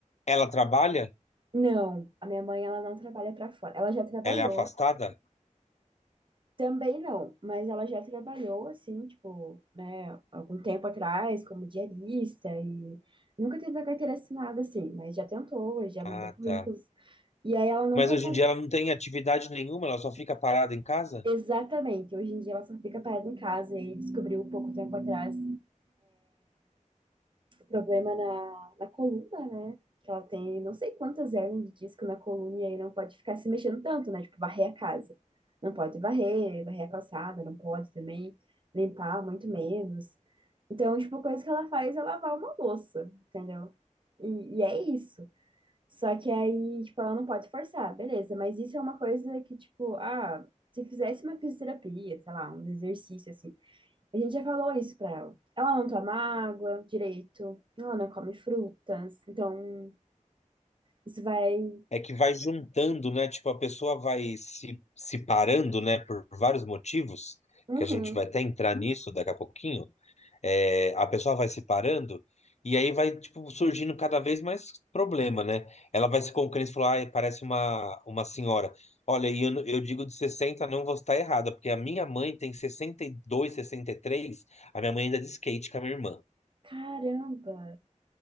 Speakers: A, on the left; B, on the right.
A: Ela trabalha?
B: Não, a minha mãe, ela não trabalha pra fora. Ela já trabalhou,
A: Ela é afastada?
B: Também não, mas ela já trabalhou assim, tipo, né, algum tempo atrás, como diarista e nunca teve a carteira assinada assim, mas já tentou, já
A: Ah,
B: mandou currículos.
A: tá.
B: E aí ela nunca
A: Mas hoje
B: con-
A: em dia ela não tem atividade nenhuma, ela só fica parada em casa?
B: exatamente, hoje em dia ela só fica parada em casa e descobriu pouco tempo atrás problema na, na coluna, né? Que ela tem não sei quantas hérnias de disco na coluna e aí não pode ficar se mexendo tanto, né? Tipo, varrer a casa. Não pode varrer, varrer a calçada, não pode também limpar, muito menos. Então, tipo, a coisa que ela faz é lavar uma louça, entendeu? E, e é isso. Só que aí, tipo, ela não pode forçar, beleza, mas isso é uma coisa que, tipo, ah, se fizesse uma fisioterapia, sei lá, um exercício assim a gente já falou isso pra ela. Ela não toma água direito, ela não come frutas, então isso vai.
A: É que vai juntando, né? Tipo, a pessoa vai se, se parando, né? Por vários motivos,
B: Uhum.
A: que a gente vai até entrar nisso daqui a pouquinho. é, a pessoa vai se parando e aí vai, tipo, surgindo cada vez mais problema, né? Ela vai se concluindo e falou, ai, parece uma, uma senhora. Olha, e eu, não- eu digo de 60 não vou estar errada, porque a minha mãe tem sessenta sessenta e dois sessenta e três a minha mãe anda de skate com a minha irmã.
B: Caramba,